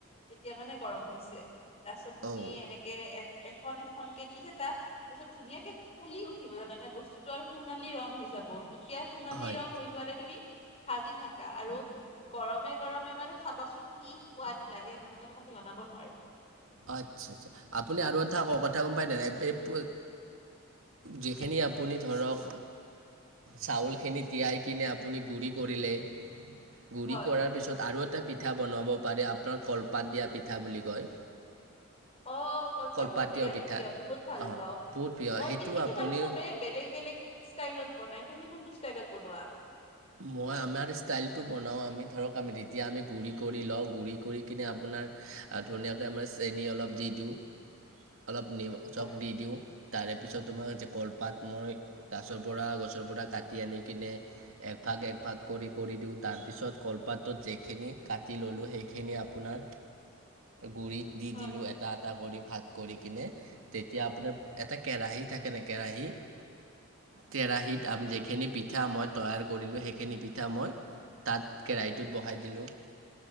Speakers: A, on the left (about 30°); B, on the right (about 70°).
A: তেতিয়া মানে গৰম হৈছে। তাৰপিছত তুমি
B: অঁ
A: এনেকে এখন এখনকে দি থাকা তাৰপিছত ধুনীয়াকে ফুলি উঠিব জানানে বস্তুতটো আৰু সুণালী ৰং হৈ যাব। এতিয়া সোণালী
B: হয়
A: ৰং হৈ যোৱালে তুমি ভাজি থাকা আৰু গৰমে গৰমে মানে চাবাচোন কি সোৱাদ লাগে মানে মই তোমাক জনাব নোৱাৰো।
B: আচ্ছা, আচ্ছা আপুনি আৰু এঠা কওক এটা কথা গম পায়নে এ পো যিখিনি আপুনি ধৰক চাউলখিনি তিয়াই কিনে আপুনি গুৰি কৰিলে। গুৰি
A: হয়
B: কৰাৰ পিছত আৰু এটা পিঠা বনাব পাৰে আপোনাৰ কলপাত দিয়া পিঠা বুলি কয়।
A: অ, কলপাত
B: কলপাতীয়
A: মোৰ বিৰাট
B: পিঠা
A: প্ৰিয় বহুত ভাল
B: অঁ
A: পাওঁ।
B: বহুত প্ৰিয়
A: মই
B: সেইটো
A: এইটো
B: আপুনি
A: বাৰু চবে বেলেগ বেলেগ ষ্টাইলত বনাই। তুমি কোনটো ষ্টাইলত বনোৱা?
B: মই আমাৰ ষ্টাইলটো বনাওঁ আমি ধৰক আমি গুৰি কৰি লও, গুৰি কৰি কিনে আপোন- ধুনীয়াকে আমাৰ চেনি অলপ দি দিওঁ। অলপ নিম
A: হয়,
B: চখ দি দিওঁ। তাৰে পিছত তোমাক কলপাত মই গছৰ পৰা গছৰ পৰা কাটি আনি কিনে একভাগ একভাগ কৰি কৰি দিওঁ তাৰপিছত কলপাতটোত যিখিনি কাটি ল'লোঁ সেইখিনি আপোনাৰ গুৰিত দি
A: হয়,
B: দিলো এটা এটা কৰি। ভাগ কৰি কিনে তেতিয়া আপোনাৰ এটা কেৰাহী থাকেনে কেৰাহী কেৰাহীত যিখিনি পিঠা মই তৈয়াৰ কৰিলোঁ সেইখিনি পিঠা মই তাত কেৰাহীটোত বহাই দিলোঁ।